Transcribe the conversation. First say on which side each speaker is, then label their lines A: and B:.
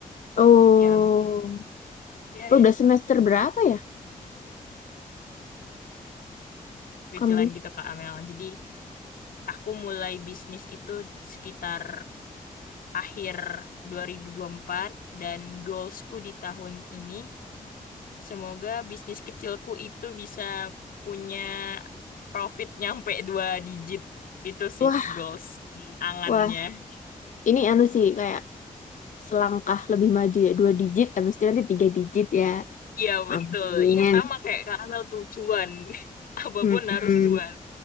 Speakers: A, on the left; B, on the left.
A: Oh,
B: Yang ya,
A: udah
B: ya,
A: semester berapa ya
B: kecilan
A: kamu?
B: gitu Kak Amel. Jadi aku mulai bisnis itu sekitar akhir 2024 dan goalsku di tahun ini semoga bisnis kecilku itu bisa punya profit nyampe dua digit. Itu sih
A: Wah,
B: goals angannya.
A: wah, ini anu sih kayak selangkah lebih maju ya, dua digit, habis itu nanti tiga digit ya.
B: Iya betul.
A: Amin.
B: Iya sama kayak karena tuh cuan. <laughs> Apapun
A: Mm-mm.
B: harus cuan.